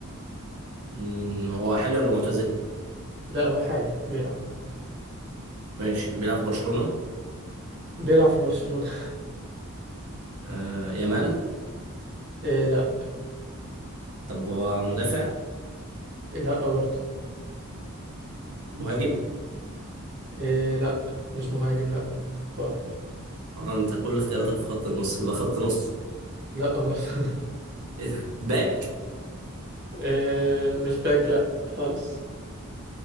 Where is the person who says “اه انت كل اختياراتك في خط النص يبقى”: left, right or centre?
Right